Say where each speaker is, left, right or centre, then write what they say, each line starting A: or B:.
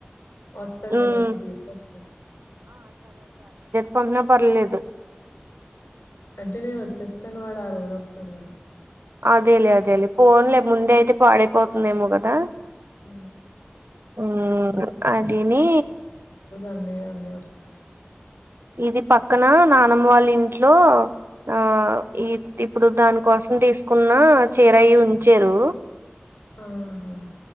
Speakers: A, on the left; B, on the right.
A: వస్తాడు
B: ఉమ్
A: కదా అప్పుడు తీసుకొస్తాడు
B: కొన్న పర్లేదు
A: అంటే నేను వచ్చేస్తాను వాడు ఆ రోజు వస్తాడు కదా
B: అదేలే అదేలే పోన్లే ముందే అయితే పాడైపోతుందేమో కదా
A: ఆ
B: ఉమ్ అదిని
A: అండి అన్ని వస్తారు
B: ఇది పక్కన నానమ్మ వాళ్ళ ఇంట్లో ఆ ఈ ఇప్పుడు దాని కోసం తీసుకున్న చీర ఉంచారు
A: ఆహా